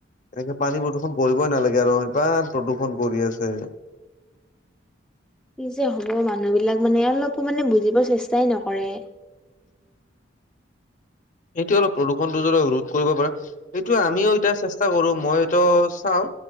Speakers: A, on the left; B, in the centre.
A: এনেকে পানী প্ৰদূষণ কৰিবই নালাগে আৰু কিমান প্ৰদূৰ্ষণ কৰি আছে।
B: কি যে হ'ব মানুহবিলাক মানে অলপো মানে বুজিব চেষ্টাই নকৰে।
A: সেইটো অলপ প্ৰদূষণটো যদি ৰোধ কৰিব পাৰে সেইটো আমিও এতিয়া চেস কৰো মইতো চাওঁ